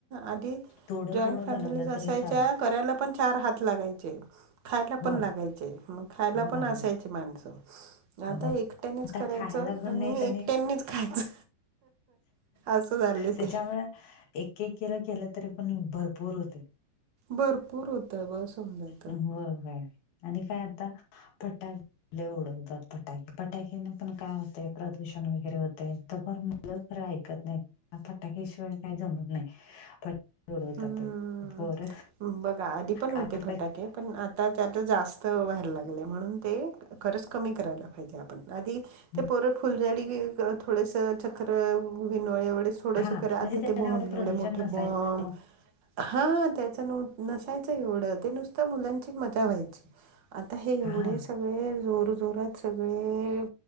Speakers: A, on the right; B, on the left.
A: आधी
B: थोडं
A: जॉईंट
B: थोडं
A: फॅमिलीज
B: बनवलं तरी
A: असायच्या
B: चालते
A: करायला. पण चार हात लागायचे खायला
B: होय
A: पण लागायचे मग खायला
B: चांगलं
A: पण
B: लागायचं
A: असायचे माणस. आता
B: हो
A: एकट्यानेच
B: आता
A: करायच
B: खायला पण
A: आणि
B: नाहीत
A: एकट्यानीच खायच. अस झालय
B: त्याच्यामुळे
A: ते.
B: एक एक किलो केल तरी पण भरपूर होतय.
A: भरपूर होतय बस होऊन जाईल.
B: होय होय आणि काय आता फटाके आपले उडवतात फटाके फटाकेन पण काय होतय. प्रदूषण वगैरे होतय तर मग मुलं खर ऐकत नाही फटाके शिवाय काही जमत नाही. पण उडवतात
A: हम्म
B: पोर
A: बघा आधी पण होते
B: आता
A: फटाके पण आता त्यात जास्त व्हायला लागलाय म्हणून ते खरच कमी करायला पाहिजे आपण आधी
B: हं.
A: ते पोर फुलझाडी घेऊन. थोडेस चक्र वीनोळे एवढेस थोडस
B: हा म्हणजे
A: करा आता
B: त्याला
A: ते बॉम्ब
B: एवढं
A: एवढे
B: प्रदूषण
A: मोठे
B: नसायच
A: बॉम्ब हा त्याच नसायच एवढ ते नुसत मुलांची मजा व्हायची. आता हे एवढे
B: हा
A: सगळे जोर जोरात सगळे